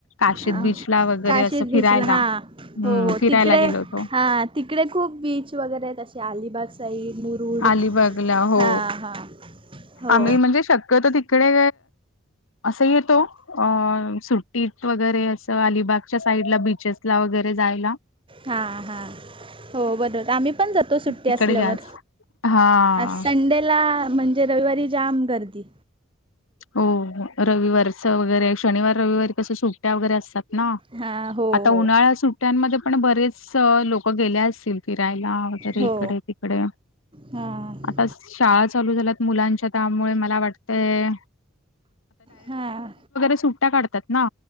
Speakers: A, on the left (about 90°); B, on the right (about 25°).
A: काशीद
B: हां.
A: बीच ला वगैरे
B: काशीद
A: असं
B: बीचला
A: फिरायला.
B: हां
A: हम्म
B: हो हो
A: फिरायला
B: तिकडे
A: गेलो होतो.
B: हां तिकडे खूप बीच वगैरे आहेत. अशे अलिबाग साईड. मुरुड
A: अलिबागला हो
B: हां हां हो
A: आम्ही म्हणजे शक्यतो तिकडे, असं येतो. अ-सुट्टीत वगैरे असं, अलिबागच्या साईड ला बीचेस ला वगैरे जायला.
B: हां हां हो बरोबर आम्ही पण जातो सुट्टी
A: तिकडे
B: असल्यावर.
A: जास्त हा
B: आज संडेला म्हणजे रविवारी जाम गर्दी.
A: हो रविवारच वगैरे शनिवार रविवारी कसं सुट्ट्या वगैरे असतात ना,
B: हां हो
A: आता उन्हाळ्या
B: हो
A: सुट्ट्यांमध्ये पण बरेच लोक गेले असतील? फिरायला तरी
B: हो
A: इकडे तिकडे
B: हां
A: आता शाळा चालू झाल्यात मुलांच्या त्यामुळे मला वाटतयं.
B: हां,
A: सुट्ट्या काढतात ना.